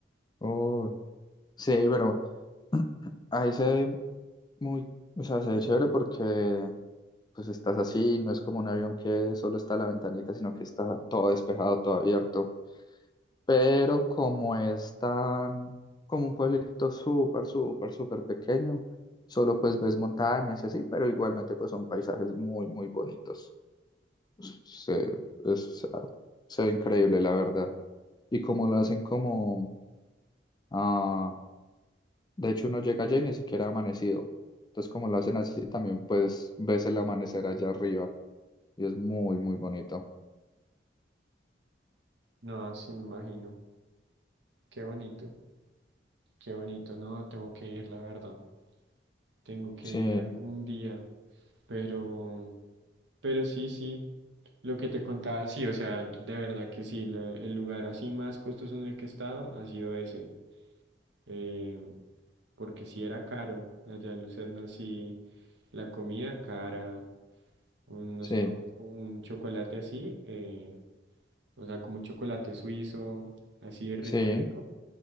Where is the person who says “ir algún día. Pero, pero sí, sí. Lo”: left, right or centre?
Right